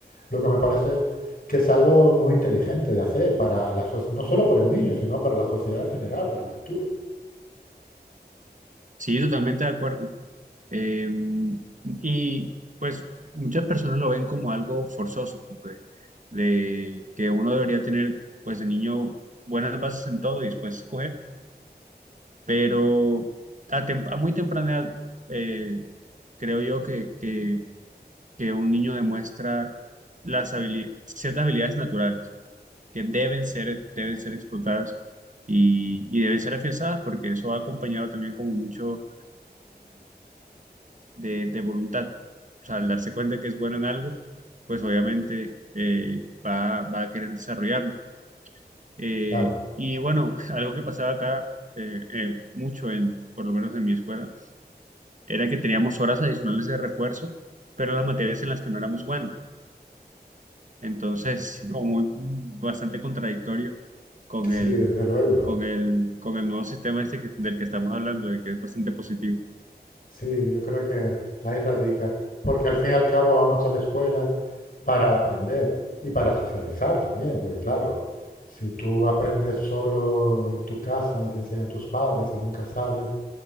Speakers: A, on the left; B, on the right.
A: Lo que me parece que es algo muy inteligente de hacer para la soc- no solo por el niño, sino para la sociedad en general, para el futuro.
B: Sí, totalmente de acuerdo. Eh, y pues muchas personas lo ven como algo forzoso, como de, de que uno debería tener pues de niño buenas bases en todo y después escoger, pero a, tem- a muy temprana edad eh, creo yo que, que, que un niño demuestra las habili- ciertas habilidades naturales que deben ser, deben ser explotadas y, y deben ser afianzadas porque eso va acompañado también como mucho de, de voluntad. O sea, al darse cuenta que es bueno en algo, pues obviamente eh, va, va a querer desarrollarlo. Eh,
A: Claro,
B: y bueno, <laughs> algo que pasaba acá eh, eh, mucho, en, por lo menos en mi escuela, era que teníamos horas adicionales de refuerzo, pero las materias en las que no éramos buenos. Entonces, sí, como muy, mm, bastante contradictorio con
A: sí,
B: el,
A: desde luego.
B: con el, con el nuevo sistema este que- del que estamos hablando, de que es bastante positivo.
A: Sí, yo creo que ahí radica, porque al fin y al cabo vamos a la escuela para aprender y para socializar también, porque claro, si tú aprendes solo en tu casa y te enseñan tus padres y nunca sales,